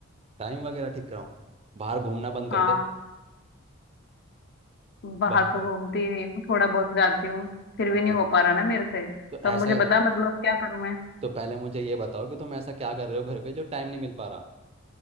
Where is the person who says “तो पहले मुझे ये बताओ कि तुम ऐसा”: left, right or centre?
Right